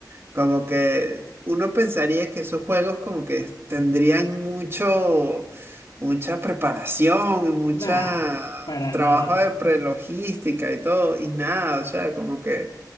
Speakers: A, on the right; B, on the left.
A: Como que uno pensaría que esos juegos como que tendrían mucho, mucha preparación y mucha
B: Nah, para nada,
A: trabajo de
B: güey.
A: prelogística y todo, y nada, o sea, como que